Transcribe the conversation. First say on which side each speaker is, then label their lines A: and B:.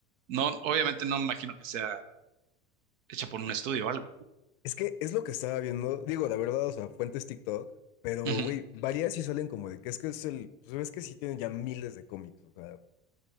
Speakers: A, on the right; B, on the left.
A: no, obviamente no me imagino que sea hecha por un estudio o algo.
B: Es que es lo que estaba viendo, digo, la verdad, o sea, fuentes TikTok, pero,
A: Ujú,
B: güey, varias sí salen como de que es que es el, pues ves que sí tienen ya miles de cómics, o sea,